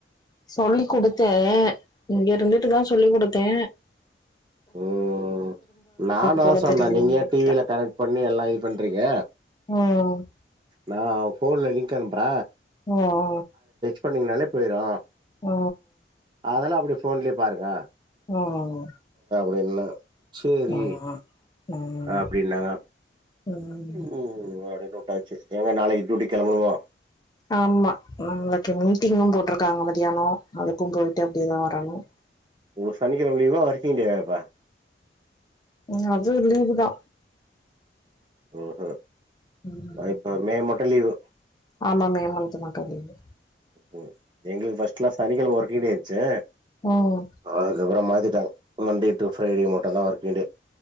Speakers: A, on the left; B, on the right.
A: சொல்லி குடுத்து இங்க இருந்துட்டுதா சொல்லி குடு த்தே
B: ம் நானா
A: போட
B: சொன்ன
A: தெரியல
B: நீங்க
A: நெனைக்கிறே
B: ஏ டிவில கனெக்ட் பண்ணி எல்லா பண்றீங்க
A: ம்
B: நா ஃபோன்ல லி கணுப்ற
A: ஓ ஓ
B: பண்ணீங்னாலே போய்ரு
A: ஓ
B: அதெல்லா அப்டே ஃபோன்லயே பாருங்க
A: ம்
B: நல்லா சேரி
A: ம் ம்
B: அப்படின்னாங்க
A: ம்
B: ம் அது போட்டாச்சு எங்க நாளைக்கு டூட்டி களம்பனுமா
A: ஆம்மா நாளைக்கு மீட்டிங்கும் போட்டுருக்காங்க மதியானம் அத கோங்கோ போய்ட்டு அப்டியே வரணும்
B: ஒர்களுக் சனிகெழம லீவ்வா ஒர்கிங் டேவ்வா
A: உம் அது லீவு தா
B: ஓஹோ
A: ம்
B: அ இப்ப மே மன் தெலிவு
A: ஆமா மே மன்த் மட்டு லீவு
B: ம் எங்களுக்கு ஃபர்ஸ்ட்லா சனிகெழம வொர்கிங் டே ச
A: ம்
B: அதுகப்றமா இத மண்டே டு ஃப்ரைடே மட்டும் தா வொர்க்கிங் டே